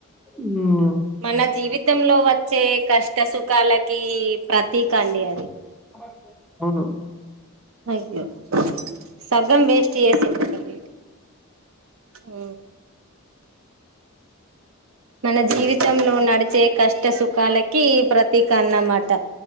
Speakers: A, in the centre; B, on the right (about 70°).
A: హ్మ్
B: మన జీవితంలో వచ్ చ్చే కష్ట సుఖాలకి ప్రతీక అండి అది
A: <unintelligible> అవును
B: ఐలో సగం వేస్ట్ చేసి <unintelligible> ఊ మన జీవితంలో నడి వచ్చే కష్ట సుఖాలకి ప్రతీక అన్నమాట